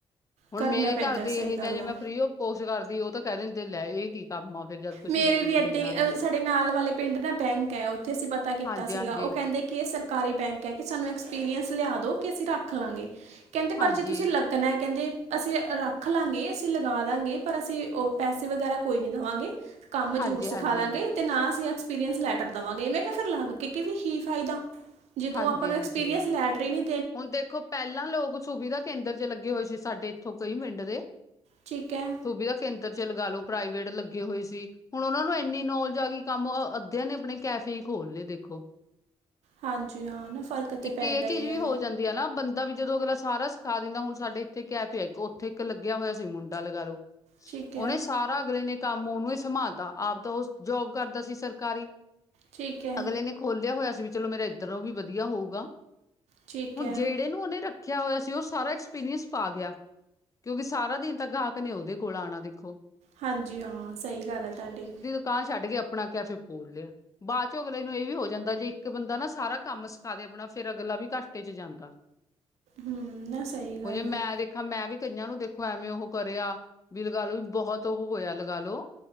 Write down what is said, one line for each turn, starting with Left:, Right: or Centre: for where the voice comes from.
Left: ਹੁਣ
Right: ਕਰਨਾ
Left: ਮੇਰੇ
Right: ਪੈਂਦਾ
Left: ਘਰ ਦੇ
Right: ਸਹੀ
Left: ਇਹ
Right: ਗੱਲ
Left: ਜਾਂ ਜੇ ਮੈਂ
Right: ਆ
Left: ਆਫ ਕੋਸਟ ਕਰਦੀ ਉਹ ਤਾਂ ਕਹਿ ਦਿੰਦੇ ਲੈ ਇਹ ਕੀ ਕੰਮ ਆ ਫਿਰ ਜਦ ਕੁਛ
Right: ਮੇਰੇ
Left: ਅਗਲੇ ਨੇ
Right: ਵੀ ਇੱਦੇ
Left: ਦੇਣਾ
Right: ਈ
Left: ਨੀ
Right: ਸਾਡੇ ਨਾਲ ਵਾਲੇ ਪਿੰਡ ਨਾ ਬੈਂਕ ਹੈ ਉੱਥੇ ਅਸੀਂ ਪਤਾ ਕੀਤਾ
Left: ਹਾਂਜੀ
Right: ਸੀਗਾ
Left: ਹਾਂਜੀ
Right: ਉਹ ਕਹਿੰਦੇ ਕਿ ਸਰ ਘਰ ਈ ਬੈਂਕ ਹੈ ਕਿ ਸਾਨੂੰ ਐਕਸਪੀਰੀਅੰਸ ਲਿਆ ਦੋ ਕਿ ਅਸੀਂ ਰੱਖ ਲਵਾਂਗੇ ਕਹਿੰਦੇ
Left: ਹਾਂਜੀ
Right: ਪਰ ਜੇ ਤੁਸੀਂ ਲੱ ਕ ਕਹਿੰਦੇ ਅਸੀਂ ਰੱਖ ਲਾਂਗੇ ਅਸੀਂ ਲਗਾ ਦਾਂਗੇ ਪਰ ਅਸੀਂ ਉਹ ਪੈਸੇ ਵਗੈਰਾ ਕੋਈ ਨੀ। ਦਵਾਂਗੇ ਕੰਮ ਜ਼ਰੂਰ
Left: ਹਾਂਜੀ
Right: ਸਿਖਾ
Left: ਹਾਂਜੀ
Right: ਦਾਂਗੇ। ਤੇ ਨਾ ਅਸੀਂ ਐਕਸਪੀਰੀਅੰਸ ਲੈਟਰ ਦੇਵਾਂਗੇ ਮੈ ਕਿਹਾ ਫਿਰ ਲੱਗ ਕੇ ਕਿ ਕੀ ਫਾਇਦਾ ਤੇ ਜੇ
Left: ਹਾਂਜੀ
Right: ਤੂੰ ਆਪਣਾ
Left: ਹਾਂਜੀ
Right: ਐਕਸਪੀਰੀਅੰਸ ਲੈਟਰ ਹੀ ਨੀ।
Left: ਹੁਣ ਦੇਖੋ ਪਹਿਲਾਂ ਲੋਕ ਸੁਵਿਧਾ ਕੇਂਦਰ ਚ ਲੱਗੇ ਹੋਏ ਸੀ ਸਾਡੇ ਇੱਥੋਂ ਕਈ ਪਿੰਡ ਦੇ।
Right: ਠੀਕ ਹੈ।
Left: ਸੁਵਿਧਾ ਕੇਂਦਰ ਚ ਲਗਾ ਲੋ ਪ੍ਰਾਈਵੇਟ ਲੱਗੇ ਹੋਏ ਸੀ। ਹੁਣ ਉਹਨਾਂ ਨੂੰ ਇੰਨੀ ਨੌਲਜ ਆ ਗਈ ਕੰਮ ਅੱਧਿਆਂ ਨੇ ਆਪਣੇ ਕੈਫੇ ਖੋਲ ਲਏ ਦੇਖੋ।
Right: ਹਾਂਜੀ ਹਾਂ ਨਾ। ਫਰਕ ਤੇ
Left: ਇੱਕ
Right: ਪੈਂਦਾ
Left: ਇਹ ਚੀਜ਼
Right: ਹੀ
Left: ਵੀ
Right: ਹੈ
Left: ਹੋ ਜਾਂਦੀ। ਨਾ ਬੰਦਾ ਵੀ ਜਦੋਂ ਅਗਲਾ ਸਖਾ ਦਿੰਦਾ ਹੁਣ ਸਾਡੇ ਇੱਥੇ ਕੈਫੇ ਆ ਇੱਕ ਉੱਥੇ ਇੱਕ ਲੱਗਿਆ ਹੋਇਆ ਸੀ ਮੁੰਡਾ ਲਗਾ ਲਓ।
Right: ਠੀਕ
Left: ਉਹਨੇ
Right: ਹੈ
Left: ਸਾਰਾ ਅਗਲੇ ਨੇ ਕੰਮ ਉਹਨੂੰ ਹੀ ਸੰਭਾਲਤਾ ਆਪ ਤਾਂ ਉਹ ਜੋਬ ਕਰਦਾ ਸੀ ਸਰਕਾਰੀ।
Right: ਠੀਕ ਹੈ
Left: ਅਗਲੇ ਨੇ ਖੋਲਿਆ ਹੋਇਆ ਸੀ ਵੀ ਚਲੋ ਮੇਰਾ ਇੱਧਰੋਂ ਵੀ ਵਧੀਆ ਹੋਊਗਾ।
Right: ਠੀਕ
Left: ਹੁਣ
Right: ਹੈ
Left: ਜਿਹੜੇ ਨੂੰ ਉਹਨੇ ਰੱਖਿਆ ਹੋਇਆ ਸੀ ਉਹ ਸਾਰਾ ਐਕਸਪੀਰੀਅੰਸ ਪਾ ਗਿਆ। ਕਿਉਂਕਿ ਸਾਰਾ ਦਿਨ ਤਾਂ ਗਾਹਕ ਨੇ ਉਹਦੇ ਕੋਲ ਆਉਣਾ ਦੇਖੋ।
Right: ਹਾਂਜੀ ਹਾਂ ਸਹੀ ਗੱਲ ਆ ਤੁਹਾਡੀ।
Left: ਦਕਾਨ ਛੱਡ ਕੇ ਆਪਣਾ ਕੈਫੇ ਖੋਲ ਲਿਆ ਬਾਅਦ ਚ ਅਗਲੇ ਨੂੰ ਇਹ ਵੀ ਹੋ ਜਾਂਦਾ ਜੇ ਇੱਕ ਬੰਦਾ ਨਾ ਸਾਰਾ ਕੰਮ ਖਾ ਦੇ ਆਪਣਾ ਫੇਰ ਅਗਲਾ ਵੀ ਘਾਟੇ ਚ ਜਾਂਦਾ
Right: ਹੂੰ ਨਾ ਸਹੀ ਗੱਲ
Left: ਉਹ ਜੇ ਮੈਂ
Right: ਆ
Left: ਦੇਖ ਹਾਂ ਮੈਂ ਵੀ ਕਈਆਂ ਨੂੰ ਦੇਖੋ ਐਵੇਂ ਉਹ ਕਰਿਆ ਵੀ ਲਗਾ ਲੋ ਵੀ ਬਹੁਤ ਉਹ ਹੋਇਆ ਲਗਾ ਲੋ।